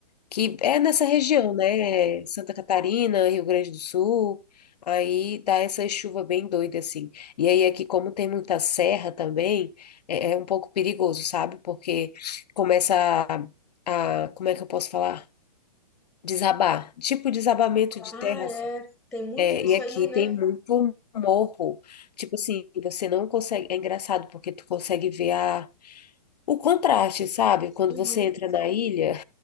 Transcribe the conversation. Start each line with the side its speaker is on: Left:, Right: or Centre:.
Left: Que é nessa região, né? Santa Catarina, Rio Grande do Sul. Aí dá essa chuva bem doida, assim. E aí aqui, como tem muita serra também, é, é um pouco perigoso, sabe? Porque começa a. a- Como é que eu posso falar? Desabar, tipo desabamento de
Centre: Ah,
Left: terra,
Centre: é.
Left: assim.
Centre: Tem muito
Left: É,
Centre: isso
Left: e aqui
Centre: aí, né?
Left: tem muito morro. Tipo assim, você não consegue. É engraçado porque tu consegue ver a, o contraste, sabe? Quando
Centre: Uhum,
Left: você entra na ilha,